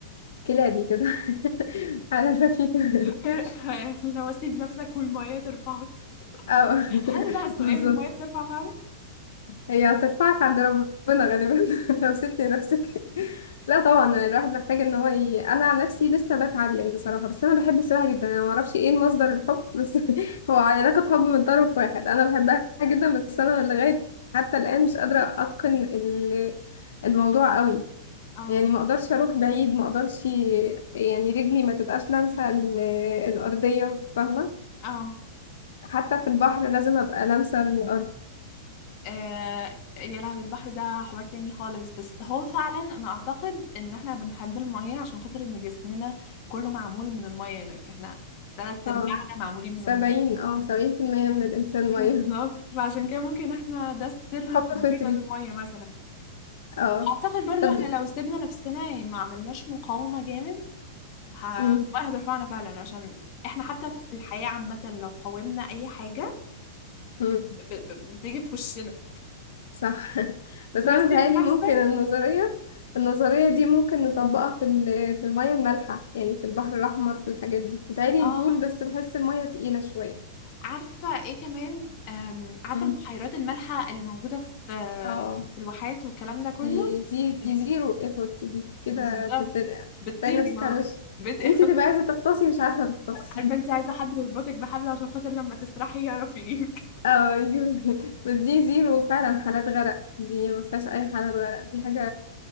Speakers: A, on the left; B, on the left.
A: كلابي كده <laughs> على خفيف <laughs>
B: <laughs> لو اسيب نفسك والميه ترفعك
A: اه <laughs>
B: هل بقى سؤال
A: بالظبط
B: الميه بترفع فعلا
A: هي هترفعك عند ربنا غالبا <laughs> لو سبت نفسك لا طبعا الواحد محتاج ان هو ي... انا عن نفسي لسه بتعلم بصراحه بس انا بحب السباحه جدا انا ما اعرفش ايه مصدر الحب بس <laughs> هو علاقه حب من طرف واحد انا بحبها جدا بس انا لغايه حتى الان مش قادره اتقن ال- الموضوع قوي
B: <laughs>
A: يعني ما اقدرش اروح بعيد ما اقدرش يعني رجلي ما تبقاش لامسه ال- الارضيه فاهمه
B: اه اه
A: حتى في البحر لازم ابقى لامسه الارض
B: آه يا لهوي البحر ده حوار تاني خالص بس هو فعلا انا اعتقد ان احنا بنحب المية عشان خاطر ان جسمنا كله معمول من المية لايك احنا تلات
A: اه
B: ارباعنا معمولين
A: سبعين
B: من المية
A: اه سبعين في المية من الإنسان
B: <laughs>
A: مية
B: بالظبط فعشان كده ممكن احنا ده السر
A: <laughs> حب
B: حبنا
A: فطري
B: للمية مثلا
A: اه
B: اعتقد برضو
A: طب
B: احنا لو سيبنا نفسنا يعني ما عملناش مقاومة جامد ه- المية
A: مم.
B: هترفعنا فعلا عشان احنا حتى في الحياة عامة لو قاومنا اي حاجة
A: مم.
B: ب- ب- بتيجي في وشنا
A: صح <laughs> بس
B: لازم
A: أنا متهيألي
B: نفسك
A: ممكن النظرية النظرية دي ممكن نطبقها في ال- في المية المالحة يعني في البحر الأحمر في الحاجات دي متهيألي
B: اه
A: البول بس بحس المية تقيلة شوية
B: عارفة ايه كمان أم، عارفة
A: مم.
B: البحيرات المالحة اللي موجودة في
A: اه
B: في الواحات والكلام ده كله
A: دي زي دي
B: إيه،
A: زيرو ايفورت دي كده
B: بالظبط
A: تتنقع
B: بتطيري
A: تلاقي نفسك
B: خلاص
A: على وشك
B: بت... <laughs>
A: انتي تبقى عايزة تغطسي مش عارفة تغطسي
B: عارفة انت
A: <laughs>
B: عايزة حد يربطك بحبل عشان خاطر لما تسرحي يعرف يجيبك <laughs>
A: اه يجيب- <laughs> بس دي زيرو فعلا حالات غرق دي ما فيهاش اي حالات غرق دي حاجة